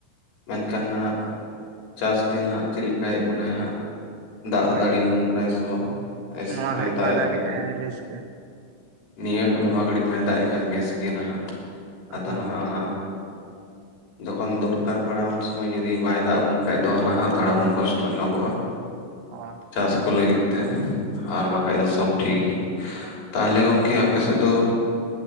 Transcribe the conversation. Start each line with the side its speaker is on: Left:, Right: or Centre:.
Left: ᱢᱮᱱᱠᱷᱟᱱ ᱱᱟᱦᱟᱸᱜ ᱪᱟᱥ ᱫᱤᱱ ᱦᱟᱸᱜ ᱪᱮᱫ ᱞᱮᱠᱟᱭᱮᱫ ᱵᱚᱱᱟᱭ ᱦᱟᱸᱜ᱾ ᱫᱟᱜ
Right: ᱦᱳᱭ
Left: ᱫᱟᱲᱮᱭ
Right: ᱦᱳᱭ
Left: ᱟᱵᱚᱱ ᱠᱟᱱᱟᱭ ᱥᱮ ᱵᱟ ᱦᱟ ᱚᱥᱚᱢᱚᱭ
Right: ᱱᱚᱣᱟ ᱜᱷᱟᱹᱲᱤᱡ
Left: ᱮ ᱫᱟᱜ
Right: ᱢᱟ
Left: ᱮᱫ
Right: ᱫᱟᱜᱮᱜᱼᱟᱭ
Left: ᱠᱟᱱ ᱜᱮ
Right: ᱵᱮᱥ ᱜᱮ
Left: ᱱᱤᱭᱟᱹ ᱱᱚᱣᱟ ᱜᱷᱟᱹᱲᱤᱡ ᱢᱟᱭ ᱫᱟᱭᱮᱜ ᱠᱟᱱ ᱵᱮᱥ ᱜᱮ ᱱᱟᱦᱟᱜ᱾ ᱟᱫᱚ
Right: ᱦᱚᱸ
Left: ᱱᱟᱦᱟᱜ ᱚᱱᱟ ᱡᱚᱠᱷᱚᱱ ᱫᱚᱨᱠᱟᱨ᱾ ᱯᱟᱲᱟᱣ ᱩᱱ ᱥᱚᱢᱚᱭ ᱡᱩᱫᱤ ᱵᱟᱭ ᱫᱟᱜ ᱟᱵᱚᱱ ᱠᱷᱟᱡ ᱫᱚ ᱱᱟᱦᱟᱜ ᱛᱷᱚᱲᱟ ᱵᱚᱱ ᱠᱚᱥᱴᱚ ᱧᱚᱜᱚᱜᱼᱟ᱾
Right: ᱚ᱾
Left: ᱪᱟᱥ ᱠᱚ ᱞᱟᱹᱜᱤᱫ ᱛᱮ ᱟᱨ ᱵᱟᱠᱷᱟᱡ ᱫᱚ ᱥᱚᱵ ᱴᱷᱤᱠ ᱜᱤ᱾ ᱛᱟᱦᱚᱞᱮ ᱜᱚᱝᱠᱮ ᱟᱯᱮ ᱥᱮᱫ ᱫᱚ